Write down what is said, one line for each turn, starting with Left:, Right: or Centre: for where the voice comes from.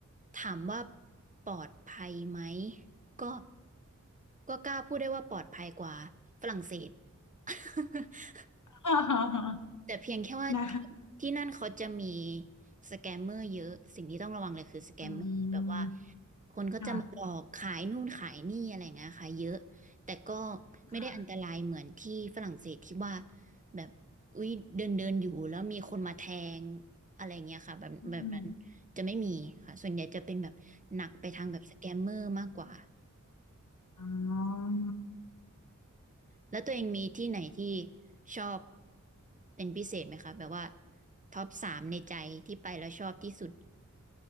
Right: ถามว่าปลอดภัยไหมก็ก็กล้าพูดได้ว่าปลอดภัยกว่าฝรั่งเศส <laughs>
Left: <laughs>
Right: แต่เพียงแค่ว่า
Left: นะ
Right: ที่นั่นเขาจะมีสแกมเมอร์เยอะสิ่งที่ต้องระวังเลยคือสแกมเมอร์แบบว่า
Left: อืม
Right: คนก็จะมาหลอกขายนู่นขายนี่อะไรอย่างเงี้ยค่ะเยอะ
Left: ค่ะ
Right: แต่ก็ไม่ได้อันตรายเหมือนที่ฝรั่งเศสที่ว่า
Left: ค่ะ
Right: แบบอุ้ยเดินเดินอยู่แล้วมีคนมาแทงอะไรเงี้ยค่ะแบบแบบนั้น
Left: อืม
Right: จะไม่มีค่ะส่วนใหญ่จะเป็นแบบหนักไปทางแบบสแกมเมอร์มากกว่า
Left: อ๋อ
Right: แล้วตัวเองมีที่ไหนที่ชอบเป็นพิเศษไหมคะแบบว่าท็อปสามในใจที่ไปแล้วชอบที่สุด